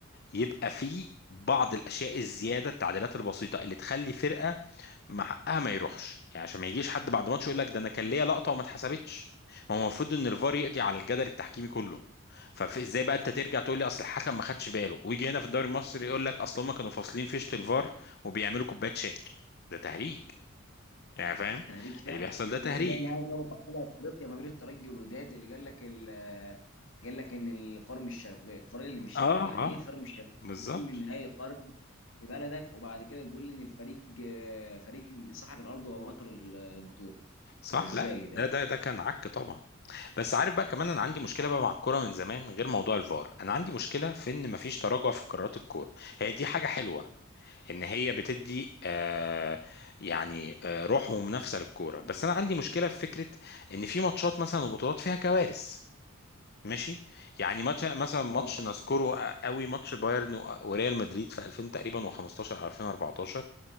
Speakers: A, on the left; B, on the left.
A: يبقى في بعض الاشياء الزياده التعديلات البسيطه اللي تخلي فرقه ما حقها ما يروحش يعني عشان ما يجيش حد بعد ماتش يقول لك ده انا كان ليا لقطه وما اتحسبتش ما هو المفروض ان الفار يقضي على الجدل التحكيمي كله فازاي بقى انت ترجع تقول لي اصل الحكم ما خدش باله ويجي هنا في الدوري المصري يقول لك اصل هم كانوا فاصلين فيشه الفار وبيعملوا كوبايه شاي ده تهريج يعني فاهم
B: تهريج فعلا
A: اللي بيحصل ده تهريج
B: هو زي نهائي دوري ابطال افريقيا ما بين الترجي والوداد اللي قال لك ال- قال لك ان الفار مش شغال الفريق اللي مش
A: اه
B: شغال. طب يعني
A: اه
B: ايه الفار مش شغال
A: بالظبط
B: في اهم نهائي قرن في بلدك وبعد كده تقول لي ان الفريق آه، فريق صاحب الارض هو بطل البطوله
A: صح
B: ده ازاي
A: لا
B: ده
A: ده
B: يعني
A: ده ده كان عك طبعا بس عارف بقى كمان انا عندي مشكله بقى مع الكوره من زمان غير موضوع الفار انا عندي مشكله في ان مفيش تراجع في قرارات الكوره هي دي حاجه حلوه ان هي بتدي آه يعني آه روح ومنافسه للكوره بس انا عندي مشكله في فكره ان في ماتشات مثلا وبطولات فيها كوارث ماشي يعني ماتش مثلا ماتش
B: اه
A: نذكره قوي ماتش بايرن و- وريال مدريد في 2000 تقريبا و15 أو 2014